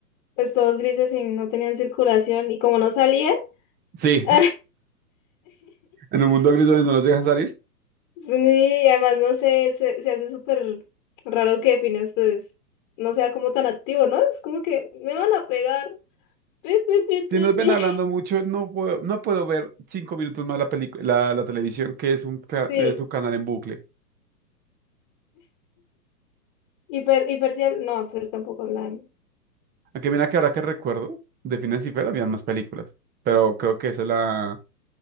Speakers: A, on the left; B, on the right.
A: Pues todos grises y no tenían circulación. Y como no salían.
B: Sí,
A: <laughs>
B: <laughs> en un mundo gris donde no los dejan salir.
A: Sí, y además no sé, se, se hace súper raro que Phineas pues no sea como tan activo, ¿no? Es como que me van a pegar. Pi, pi, pi, pi,
B: Si nos ven
A: pi.
B: hablando mucho, no puedo, no puedo ver cinco minutos más la pelicu- la, la televisión, que es un, ca-
A: Sí.
B: es un canal en bucle.
A: hiper hipercial, no, pero tampoco hablan
B: Aunque mira que ahora que recuerdo, de Phineas y Ferb habían más películas. Pero creo que esa es la...